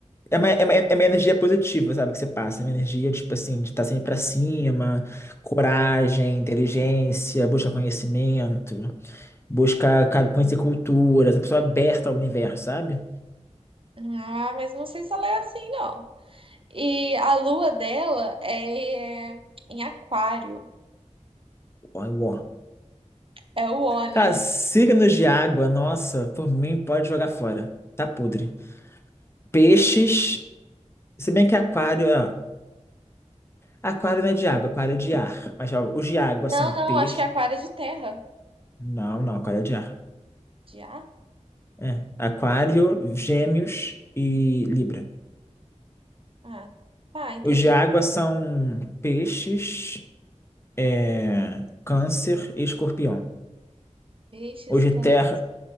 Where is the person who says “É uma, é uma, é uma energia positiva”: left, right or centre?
Left